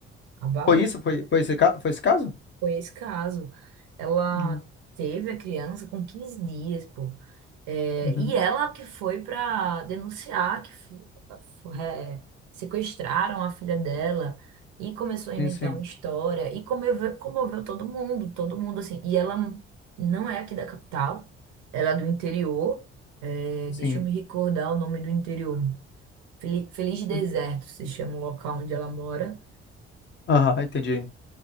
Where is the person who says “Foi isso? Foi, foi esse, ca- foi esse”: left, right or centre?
Left